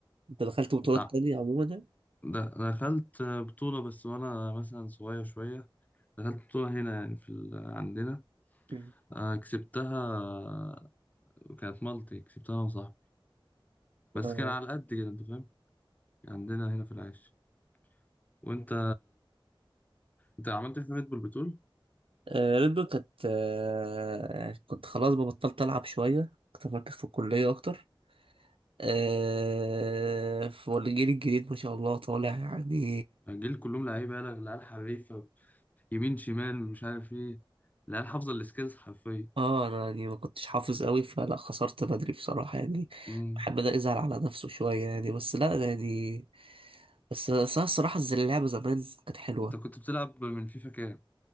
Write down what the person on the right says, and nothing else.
أنت دخلت بطولات
تانية عموما يعني؟
مم.
اه
ريد بول كانت آه، كنت خلاص بقى بطلت ألعب شوية كنت مركز في الكلية أكتر آه، والجيل الجديد ما شاء الله طالع يعني
اه انا يعني ما كنتش حافظ قوي فلا خسرت بدري بصراحة يعني
بحب ده يزعل على نفسه شوية يعني بس لا يعني بس بس أنا الصراحة زي اللعبة زمان كانت حلوة